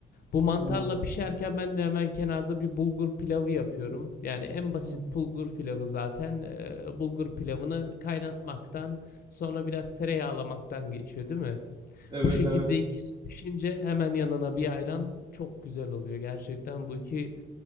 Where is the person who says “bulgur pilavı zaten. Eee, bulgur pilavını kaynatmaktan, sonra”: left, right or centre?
Left